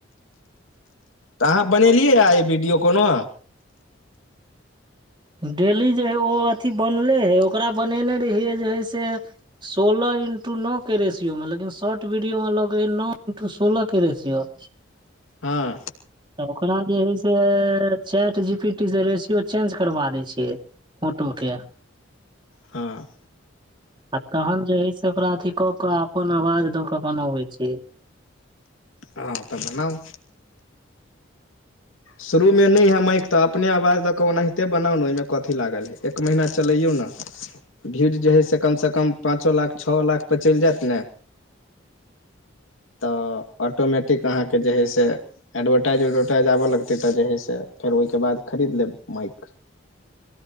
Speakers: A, on the left (about 80°); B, on the right (about 25°).
A: तऽ अहाँ बनेलियैया आ ई वीडियो कोनो।
B: डेली जे हइ ओ अथी बनले हय ओकरा बनेने रहियै जे है से। सोलह इन्टू न के रेसियो मे लेकिन शॉर्ट वीडियो मे लगै है न इन्टू सोलह के रेसियो।
A: हँ।
B: तऽ ओकरा जे है से चैट जी पी टी से रेसियो चेंज करबा दै छियै। ओटोके।
A: हँ।
B: आ तहन जे हय से ओकरा अथी कऽ क अपन आवाज दऽ क बनबै छीयै
A: हँ तऽ बनाउ। शुरू मे नै हए माइक तऽ अपने आवाज द क ओनाहिते। बनाउ न ओहिमे कथी लागल है एक महीना चलैयौ न भीड़ जे है से कमसँ कम पाँचो लाख छओ लाखपर चलि जायत ने। तऽ ऑटोमेटिक अहाँकेँ जे है से। एडवर्टाइज उडवरटाइज आबय लगतै तऽ जे है से फेर ओइ केँ बाद खरीद लेब माइक।